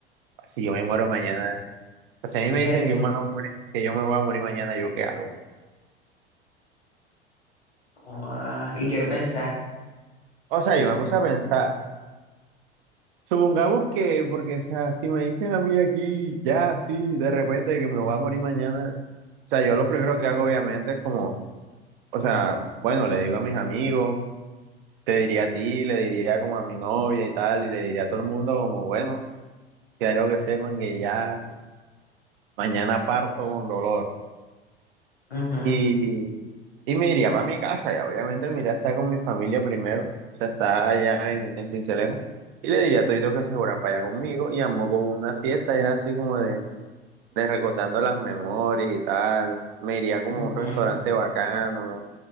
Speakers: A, on the right; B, on the left.
A: si yo me muero mañana. O sea, a mí
B: ¿Qué
A: me dicen
B: haría?
A: que, yo me voy a morir- que yo me voy a morir mañana, ¿yo qué hago?
B: Ah, ¿y qué pensaste?
A: O sea, yo me puse a pensar, supongamos que, porque, o sea, si me dicen a mí aquí, ya, sí, de repente que me voy a morir mañana, o sea, yo lo primero que hago obviamente es como, o sea, bueno, le digo a mis amigos. te diría a ti, le diría como a mi novia y tal, y le diría a todo el mundo como, bueno, quiero que sepan que ya mañana parto con dolor.
B: Ujú,
A: Y, y me iría para mi casa, y obviamente me iría a estar con mi familia primero, o sea, está allá en, en Sincelejo, y le diría a todito que se fueran para allá conmigo, y armó como una fiesta ya así como de, de recordando las memorias y tal, me iría como
B: ujú.
A: a un restaurante bacano,